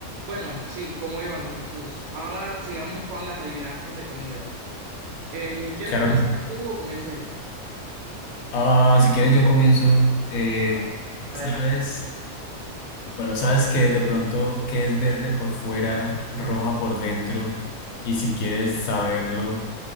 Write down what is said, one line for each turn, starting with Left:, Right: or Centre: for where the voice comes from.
Right: Bueno, sí, ¿cómo íbamos, Jesús? Ahora sigamos con las adivinanzas de comida. Em, ¿quieres
Left: Claro.
Right: comenzar
Left: que sí.
Right: tú o comienzo yo?
Left: Ah, si quieres yo comienzo. Eh,
Right: Ah, Adelante.
Left: ¿sabes? Bueno, sabes que de pronto que es verde por fuera, roja por dentro, y si quieres saberlo,